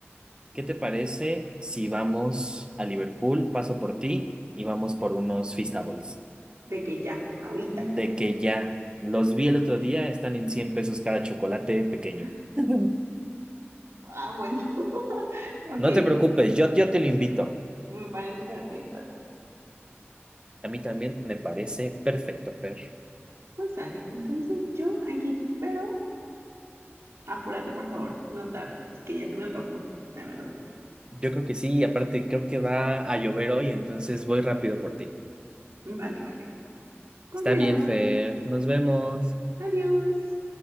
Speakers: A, on the right; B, on the right.
A: ¿Qué te parece si vamos a Liverpool, paso por ti y vamos por unos Feastables?
B: De que ya, ahorita.
A: De que ya los vi el otro día, están en 100 pesos cada chocolate pequeño.
B: <gasps>
A: <laughs>
B: Ah, bueno. <laughs> Ok,
A: No te preocupes, yo, yo te lo invito.
B: me parece perfecto.
A: A mí también me parece perfecto, Fer.
B: Pues sale. Entonces yo aquí te espero. Apúrate, por favor. No tardes, que ya se me antojó, la verdad.
A: Yo creo que sí, y aparte creo que va a llover hoy, entonces voy rápido por ti.
B: Vale, vale, vale. Con
A: Está
B: cuidado.
A: bien, Fer, nos vemos.
B: Adiós.